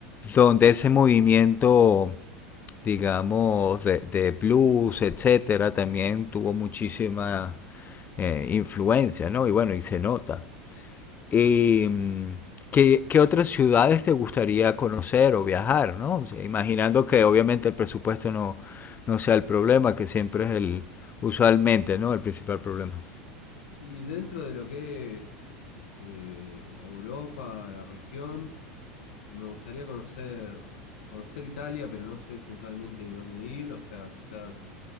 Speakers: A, on the left (about 30°); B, on the left (about 75°).
A: donde ese movimiento, digamos, de, de blues, etcétera, también tuvo muchísima eh, influencia, ¿no? Y bueno, y se nota. Eh, ¿qué, qué otras ciudades te gustaría conocer o viajar, ¿no? O sea, imaginando que obviamente el presupuesto no, no sea el problema, que siempre es el, usualmente, ¿no? El principal problema.
B: Y dentro de lo que es eh, Europa, la región. Me gustaría conocer, conocer Italia, pero no sé puntualmente dónde ir. O sea, quizás